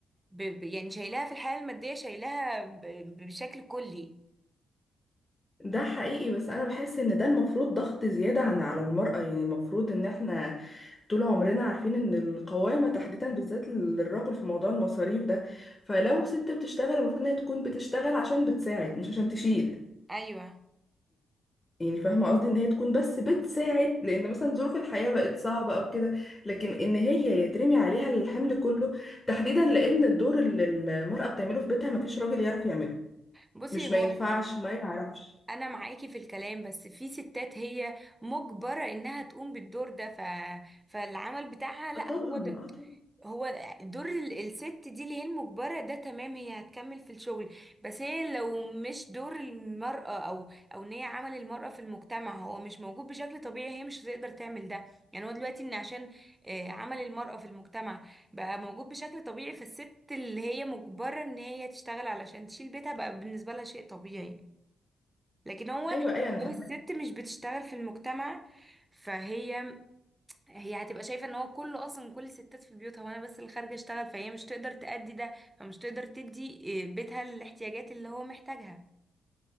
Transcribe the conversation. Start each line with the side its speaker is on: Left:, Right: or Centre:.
Right: ب- ب- يعني شايلاها في الحياة المادية شايلاها ب- بشكل كلي
Left: ده حقيقي بس انا بحس ان ده المفروض ضغط زيادة عن على المرأة يعني المفروض ان احنا طول عمرنا عارفين ان القوامة تحديدا بالذات للرجل في موضوع المصاريف ده فلو ست بتشتغل المفروض ان هي تكون بتشتغل عشان بتساعد مش عشان تشيل
Right: ايوه
Left: يعني فاهمة قصدي ان هي تكون بس بتساعد لان مثلا ظروف الحياة بقت صعبة او كده لكن ان هي يترمي عليها الحمل كله تحديدا لان الدور اللي المرأة بتعمله في بيتها مفيش راجل يعرف يعمله
Right: بصي
Left: مش
Right: هو
Left: ما ينفعش ما يعرفش
Right: انا معاكي في الكلام بس في ستات هي مجبرة انها تقوم بالدور ده ف... فالعمل بتاعها لا
Left: طبعا اه
Right: هو ده
Left: طبعا اه
Right: هو دور ال- الست دي اللي هي المجبرة ده تمام هي هتكمل في الشغل بس هي لو مش دور المرأة او او ان هي عمل المرأة في المجتمع هو مش موجود بشكل طبيعي هي مش هتقدر تعمل ده يعني هو دلوقتي ان عشان آه، عمل المرأة في المجتمع بقى موجود بشكل طبيعي فالست اللي هي مجبرة ان هي تشتغل علشان تشيل بيتها بقى بالنسبة لها شيء طبيعي لكن هو
Left: ايوه ايوه انا
Right: لو
Left: فاهمك
Right: الست مش بتشتغل في المجتمع فهي هي هتبقى شايفة ان هو كله اصلا كل الستات في بيوتها وانا بس اللي خارجة اشتغل فهي مش تقدر تأدي ده فمش تقدر تدي إيه، بيتها الاحتياجات اللي هو محتاجها